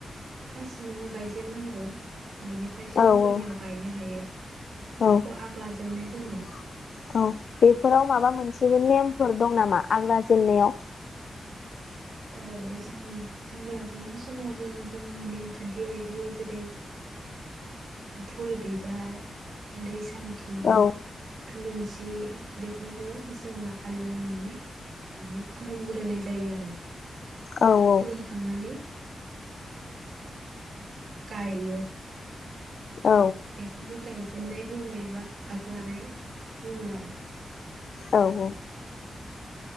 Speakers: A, on the right; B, on the left.
A: फास नआव गायजेननांगौ बिनिफ्रायसो
B: औ
A: गुबुननियाव
B: औ
A: गायनो हायो।
B: औ
A: बेखौ आग लाजेननाय
B: <inaudible>
A: बुङो
B: औ बेफोराव माबा मोनसे जेबो नेमफोर दं नामा आग लाजेननायाव
A: औ जोङो आं ला जेननाय समाव जोङो जोंनि नेमखान्थि बायदि जेरै फुल बिबारै दै सान थि
B: औ
A: थुलुंसि बेफोरखौ जोङो आलियाव होनानै माने खुलुमग्रोनाय जायो आरो
B: औ औ
A: खुलुमखांनानै गायो
B: औ
A: बेखौनो गायजेनाय बुङो एबा आग लानाय बुङो आरो
B: औ औ